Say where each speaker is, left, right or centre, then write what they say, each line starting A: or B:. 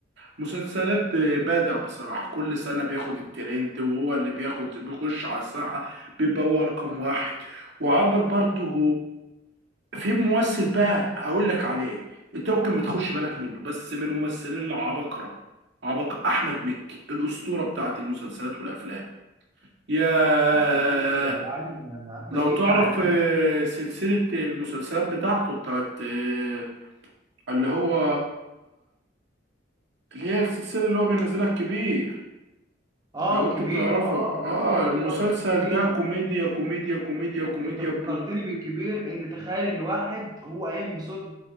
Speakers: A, on the right; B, on the right.
A: مسلسلات آه، بادع بصراحة كل سنة بياخد الترند وهو اللي بياخد بيخش على الساحة بيبقى هو رقم واحد وعندك برضه في ممثل بقى هقول لك عليه انت ممكن ما تخش بالك منه بس من الممثلين العباقرة عباقرة أحمد مكي الأسطورة بتاعت المسلسلات والأفلام ياه
B: احمد مكي يا جدعان آه، احمد
A: لو تعرف
B: مكي عالمي
A: آه، سلسلة المسلسلات بتاعته بتاعت آه، اللي هو اللي هي السلسلة اللي هو بينزلها الكبير
B: اه
A: لو انت
B: كبير
A: تعرفه
B: اه يا
A: اه
B: نهار ابيض
A: المسلسل
B: كبير
A: ده كوميديا كوميديا كوميديا كوميديا
B: انت فكرتني
A: ب...
B: بالكبير ان تخيل ان واحد هو قايم بصوت